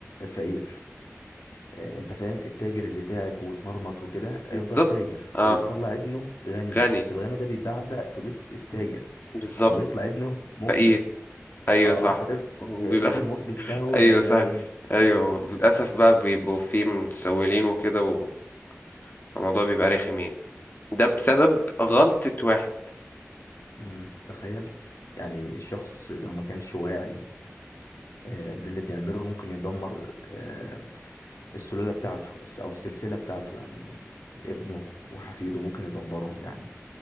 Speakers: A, on the left; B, on the left.
A: فقير آه، انت فاهم التاجر اللي تعب واتمرمط وكده هيفضل
B: بالظبط
A: تاجر فبيطلع
B: اه
A: ابنه غني
B: غني
A: الغني ده بيبعزق فلوس التاجر
B: بالظبط
A: فبيطلع ابنه مفلس
B: فقير ايوه
A: اه
B: صح
A: فيب-
B: وبيبقى
A: فيبتدي المفلس
B: <laughs>
A: ده هو
B: ايوه
A: اللي بقى
B: صح
A: ايه
B: ايوه للاسف بقى بيبقوا فيه متسولين وكده و... فالموضوع بيبقى رخم يعني ده بسبب غلطة واحد
A: مم، تخيل يعني الشخص لو ما كانش واعي آه، للي بيعمله ممكن يدمر آه، السلالة بتاعته الس- او السلسلة بتاعته يعني ابنه وحفيده ممكن يدمرهم يعني